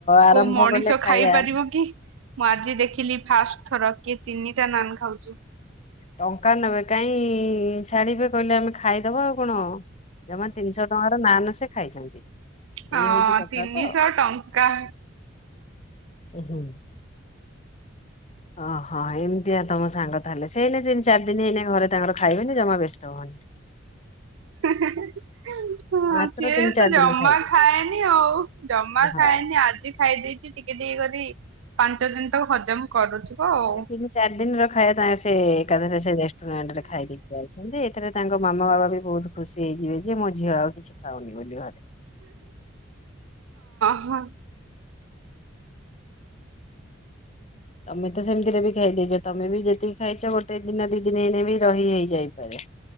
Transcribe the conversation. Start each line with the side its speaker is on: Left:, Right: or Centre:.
Left: ଆରମ୍ଭ
Right: କୋଉ ମଣିଷ
Left: କଲେ ଖାଇବା
Right: ଖାଇପାରିବ କି ମୁଁ ଆଜି ଦେଖି ଦେଖିଲି ଫାଷ୍ଟ ଥର କିଏ ତିନିଟା ନାନ ଖାଉଛି।
Left: ଟଙ୍କା ନେବେ କାଇଁ ଛାଡିବେ କହିଲେ ଆମେ ଖାଇଦବା ଆଉ କଣ ଜମା ତିନିଶହ ଟଙ୍କାର ନାନ ସେ, ଖାଇଛନ୍ତି,
Right: ହଁ
Left: ଏଇ ହଉଛି କଥା
Right: ତିନିଶହ
Left: ତ।
Right: ଟଙ୍କା
Left: ଓ ହୋ, ଓହୋ ଏମିତିଆ ତମ ସାଙ୍ଗ ତାହେଲେ ସେଇନ ତିନି ଚାରି ଦିନ ହେଇନ ଘରେ ତାଙ୍କର ଖାଇବେନି ଜମା ବ୍ୟସ୍ତ ହୁଅନି,
Right: ହେ ହେ ଅଁ ହ
Left: ମାତ୍ର
Right: ସିଏ
Left: ତିନି ଚାରି
Right: ତ ଜମା
Left: ଦିନ ଖାଇବେ
Right: ଖାଏନି। ଆଉ ଜମା
Left: ହଁ
Right: ଖାଏନି ଆଜି ଖାଇ ଦେଇଛି। ଟିକେ ଟିକେ କରି ପାଞ୍ଚ ଦିନ ତକ ହଜମ କରୁଥିବ ଆଉ।
Left: ସେ ତିନି ଚାରି ଦିନର ଖାଇଏ ତାଙ୍କ ସେ ଏକାଥରେ ସେ ରେଷ୍ଟୁରାଣ୍ଟ ରେ ଖାଇଦେକି ଯାଇଛନ୍ତି। ଏଥିରେ ତାଙ୍କ ମାମା ବାପା ବି ବହୁତ ଖୁସି ହେଇଯିବେ। ଯେ ମୋ ଝିଅ ଆଉ କିଛି ଖାଉନି ବୋଲି ଘରେ।
Right: ହଁ।
Left: ତମେ ତ ସେମିତିରେ ବି ଖାଇ ଦେଇଛ। ତମେ ବି ଯେତିକି ଖାଇଛ ଗୋଟେ ଦିନ ଦି ଦିନ ହେଇନ ବି ରହି ହେଇଯାଇପାରେ।